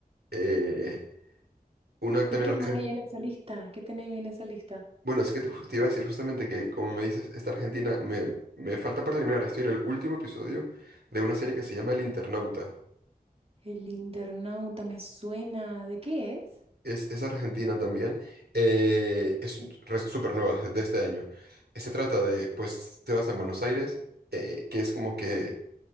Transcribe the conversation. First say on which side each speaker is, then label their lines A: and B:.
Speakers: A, on the right (about 85°); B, on the right (about 35°).
A: Eh, una
B: ¿Y
A: también
B: qué
A: argentina.
B: más hay en esa lista? ¿Qué tenéis en esa lista?
A: Bueno, es que te, ju- te iba a decir justamente que, como me dices, esta Argentina me, me falta por terminar. Estoy en el último episodio de una serie que se llama El Internauta.
B: El internauta me suena. ¿De qué es?
A: Es, es argentina también. eh, es un- re- súper nueva, de este año. Eh, Se trata de, pues, te vas a Buenos Aires, eh, que es como que,